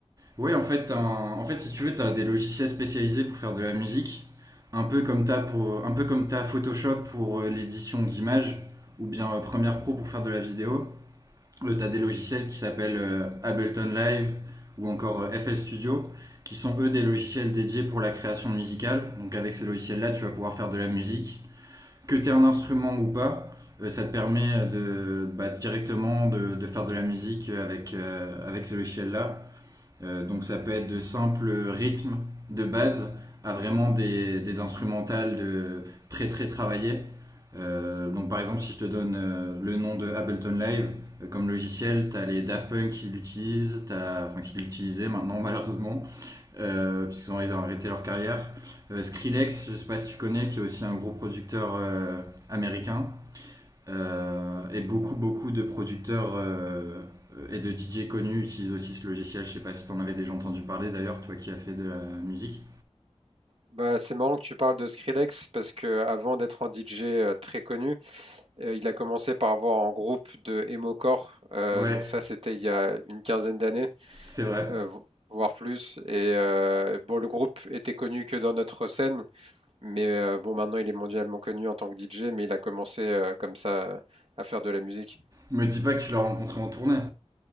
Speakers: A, on the right; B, on the right.
A: Oui, en fait, t'as un- en fait, si tu veux, tu as des logiciels spécialisés pour faire de la musique, un peu comme tu as pour, un peu comme t'as Photoshop pour euh, l'édition d'images, ou bien euh, Premiere Pro pour faire de la vidéo. tu as des logiciels qui s'appellent euh, Ableton Live ou encore euh, FL Studio, qui sont eux des logiciels dédiés pour la création musicale. Donc avec ces logiciels-là, tu vas pouvoir faire de la musique. Que tu aies un instrument ou pas, euh, ça te permet de, bah, directement de, de faire de la musique avec, euh, avec ces logiciels-là. Euh, donc ça peut être de simples rythmes de base à vraiment des, des instrumentales de très très travaillées. Euh, donc par exemple si je te donne euh, le nom de Ableton Live euh, comme logiciel, t'as les Daft Punk qui l'utilisent, t'as- enfin qui l'utilisaient maintenant <laughs> malheureusement, euh, puisqu'ils ont, ils ont arrêté leur carrière. Euh, Skrillex, je sais pas si tu connais, qui est aussi un gros producteur euh, américain. Euh, et beaucoup, beaucoup de producteurs euh, et de DJ connus utilisent aussi ce logiciel. Je sais pas si t'en avais déjà entendu parler d'ailleurs, toi qui as fait de la musique.
B: Bah, c'est marrant que tu parles de Skrillex parce que avant d'être un DJ euh, très connu, euh, il a commencé par avoir un groupe de emocore. euh,
A: Ouais,
B: donc ça, c'était il y a une quinzaine d'années,
A: c'est vrai.
B: euh, vo- voire plus. Et euh, bon, le groupe était connu que dans notre scène, mais euh, bon, maintenant il est mondialement connu en tant que DJ, mais il a commencé euh, comme ça euh, à faire de la musique.
A: Me dis pas que tu l'as rencontré en tournée.